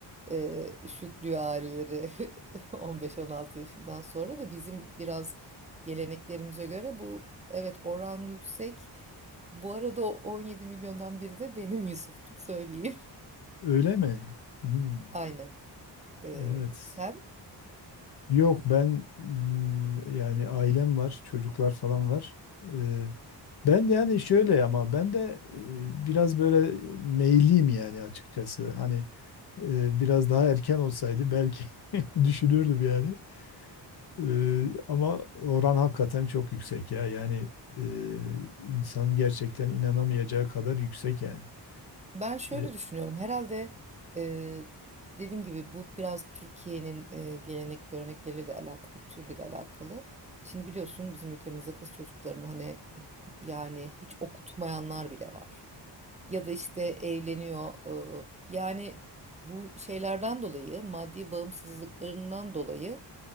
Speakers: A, on the right; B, on the left.
A: e, şutluyor aileleri <laughs> 15-16 yaşından sonra da bizim biraz geleneklerimize göre bu evet oran yüksek. Bu arada o 17 milyondan biri de benim Yusuf'cum söyleyeyim.
B: Öyle mi? Hmm,
A: <laughs> Aynen. Ee,
B: evet.
A: sen?
B: Yok ben mm, yani ailem var, çocuklar falan var. Ee, ben yani şöyle ama ben de e, biraz böyle meyliyim yani açıkçası. Hani e, biraz daha erken olsaydı belki <laughs> düşünürdüm yani. Ee, ama oran hakikaten çok yüksek ya. Yani e, insanın gerçekten inanamayacağı kadar yüksek yani.
A: Ben şöyle
B: E,
A: düşünüyorum. Herhalde e, dediğim gibi bu biraz Türkiye'nin e, gelenek görenekleriyle de alakalı, kültürle de alakalı. Şimdi biliyorsun bizim ülkemizde kız çocuklarını hani e, yani hiç okutmayanlar bile var. Ya da işte evleniyor. e, yani bu şeylerden dolayı, maddi bağımsızlıklarından dolayı